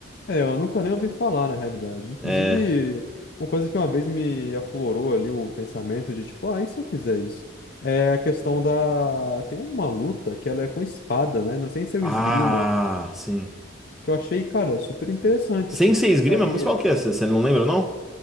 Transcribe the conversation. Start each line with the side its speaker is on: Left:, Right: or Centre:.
Left: É, eu nunca nem ouvi falar, na realidade. Inclusive,
Centre: É.
Left: uma coisa que uma vez me aflorou ali o pensamento de, tipo, ah, e se eu fizer isso? É a questão da... Tem uma luta que ela é com espada, né? Não sei se é
Centre: Ah,
Left: o esgrima,
Centre: sim.
Left: que eu achei, cara, super interessante,
Centre: Sensei
Left: assim, super
Centre: Esgrima?
Left: faria.
Centre: Mas qual que é? Você você não lembra, não?